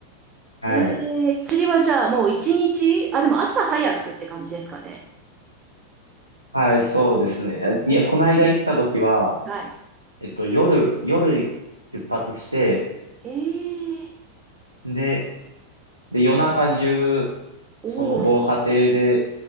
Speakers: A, on the right; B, on the right.
A: はい。
B: へえ、釣りはじゃあもう一日、あ、でも朝早くって感じですかね。
A: はい、そうですね。いや、
B: へえ、
A: この間行った時は、
B: はい。
A: えっと、夜、夜出発して、
B: へえ。
A: で、で、夜中中、
B: おお、
A: その防波堤で